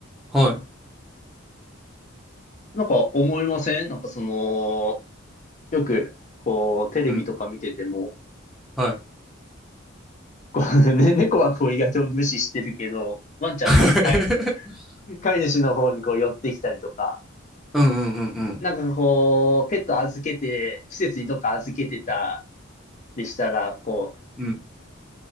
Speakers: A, in the centre; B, on the left (about 35°).
A: はい。
B: なんか思いませんなんかその、よく、こう、テレビとか見てても、
A: うん。はい。
B: こう <laughs>、ね、猫はこう意外と無視してるけど、ワンちゃんこう、
A: <laughs>
B: 飼い、飼い主の方にこう寄ってきたりとか、
A: うんうんうん
B: なんかこう、ペット預けて、施設にどっか預けてたりしたら、こう、
A: うんうん。